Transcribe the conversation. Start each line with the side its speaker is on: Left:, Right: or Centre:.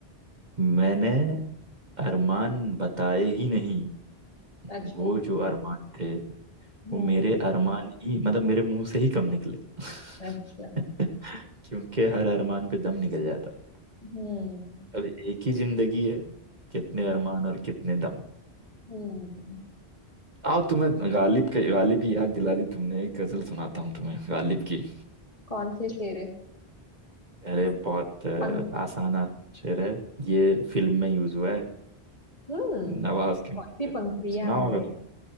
Right: मैंने अरमान बताए ही नहीं
Left: अच्छा
Right: वो जो अरमान थे
Left: हम्म
Right: वो मेरे अरमान ही मतलब मेरे मुंह से ही कम निकले <laughs>
Left: अच्छा
Right: क्योंकि हर अरमान पे दम निकल जाता
Left: हम्म
Right: अब एक ही जिंदगी है कितने अरमान और कितने दम
Left: हम्म
Right: आओ तुम्हें गालिब के गालिब की याद दिला दी तुमने एक गजल सुनाता हूँ तुम्हें गालिब की
Left: कौन से शेर
Right: अरे बहुत अ,
Left: पंखी
Right: आसान आसान शेर है ये फिल्म में यूज हुआ है
Left: हम्म
Right: नवाज के
Left: कौन
Right: मुंह
Left: सी
Right: पे
Left: पंखुड़ियां
Right: सुना होगा
Left: है
Right: तुम